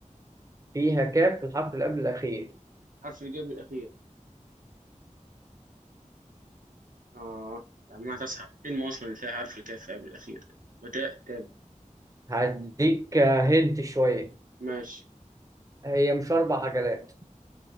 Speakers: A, on the right; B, on the right.
A: فيها كاف في الحرف اللي قبل الاخير
B: حرف الجاب الأخير اه لما تصحى إيه المواصلة اللي فيها حرف الكاف قبل الأخير وتاء تالت
A: هديك آه، هنت شويه
B: ماشي
A: هي مش اربع عجلات